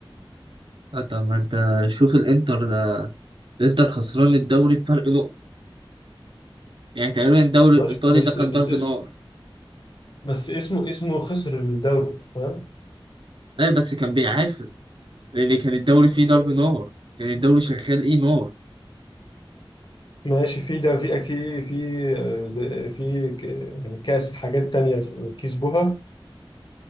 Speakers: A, on the right (about 60°); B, on the left (about 55°).
A: آه، طب ما انت شوف الانتر ده الانتر خسران الدوري بفرق نقطه يعني تقريبا الدوري
B: ماشي
A: الايطالي
B: بس
A: ده كان
B: بس
A: ضرب
B: اسم
A: نار
B: بس اسمه اسمه خسر الدوري فاهم
A: لا بس كان بيعافر لان كان الدوري فيه ضرب نار كان الدوري شغال ايه نار
B: ماشي في ده في اكيد في آه، ده- في ك- يعني كاس حاجات تانية في كسبوها